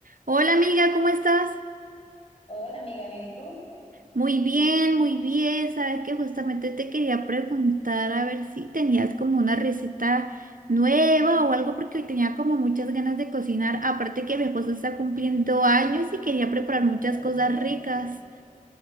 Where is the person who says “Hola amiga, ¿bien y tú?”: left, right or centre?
Left